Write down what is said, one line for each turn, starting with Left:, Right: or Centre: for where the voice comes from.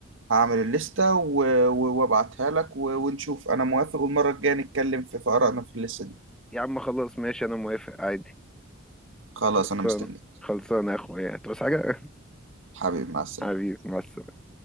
Right: هعمل الليستة و- و- وابعتها لك و- ونشوف انا موافق والمرة الجاية نتكلم في في آرائنا في الليستة دي
Centre: يا عم خلاص ماشي انا موافق عادي
Right: خلاص
Centre: خلصان
Right: انا مستنيك
Centre: خلصان يا اخويا بس حاجة
Right: حبيبي مع السلامة
Centre: حبيبي مع السلامة